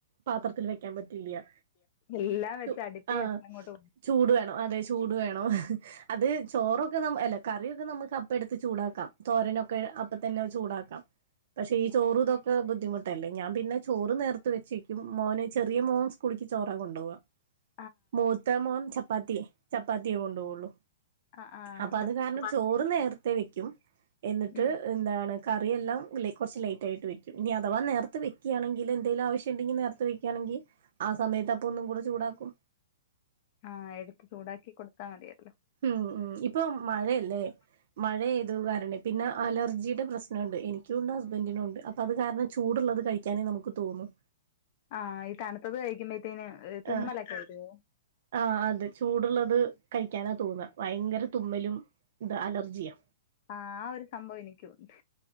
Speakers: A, on the right; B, on the left.
A: പാത്രത്തിൽ വെക്കാൻ പറ്റില്ല
B: എല്ലാം വെച്ച
A: ചു
B: അടുപ്പി
A: ആഹ്
B: വെച്ചങ്ങോട്ട്
A: ചൂട് വേണം അതെ ചൂട് വേണോ അത് ചോറൊക്കെ നാം അല്ല കറിയൊക്കെ നമുക്ക് അപ്പ എടുത്ത് ചൂടാക്കാം. തോരനൊക്കെ അപ്പ തന്നെ ചൂടാക്കാം പക്ഷെ ഈ ചോറു ഇതൊക്കെ ഒക്കെ ബുദ്ധിമുട്ടല്ലേ ഞാൻ പിന്നെ ചോറ് നേർത്ത് വെച്ചേക്കും മോന് ചെറിയ മോൻ സ്കുളിക്ക് ചോറാ കൊണ്ടുപോകുക
B: <inaudible>
A: മൂത്തമോൻ ചപ്പാത്തിയെ ചപ്പാത്തിയേ കൊണ്ടുപോവുള്ളു
B: ആഹ് ആഹ്
A: അപ്പൊ
B: ചപ്പാത്തി
A: അത് കാരണം ചോറ് നേരത്തെ വെക്കും എന്നിട്ട്
B: ഉം
A: എന്താണ് കറിയെല്ലാം കുറച്ച് ലൈറ്റ് ആയിട്ട് വെക്കും ഇനി അഥവാ നേരത്ത് വെക്കും വുകയാണെങ്കിൽ എന്തെങ്കും ആവശ്യം ഉണ്ടെങ്കിൽ നേരത്ത് വക്കയാണെങ്കിൽ ആ സമയത്ത് അപ്പൊ ഒന്നും കൂടെ ചൂടാക്കും
B: ആഹ് എടുത്ത് ചൂടാക്കി കൊടുത്താ മതിയല്ലോ
A: ഉം ഉം ഇപ്പൊ മഴയല്ലേ മഴെയ്തു കാരണം പിന്നെ അലർജിയുടെ പ്രശ്നമുണ്ട് എനിക്കുണ്ട് ഹസ്ബൻ്റിനും ഉണ്ട് അത് കാരണം ചൂടുള്ളത് കഴിക്കാനേ നമുക്ക് തോന്നും
B: ആഹ് ഈ തണുത്തത് കഴിക്കുമ്പോഴത്തേന് തുമ്മലൊക്കെ
A: ആഹ്
B: വരുവോ?
A: ആഹ് അത് ചൂടുള്ളത് കഴിക്കാനാ തോന്ന ഭയങ്കര തുമ്മലും ഇത് അലർജിയാ
B: ആ ഒരു സംഭവം എനിക്കു ഉണ്ട്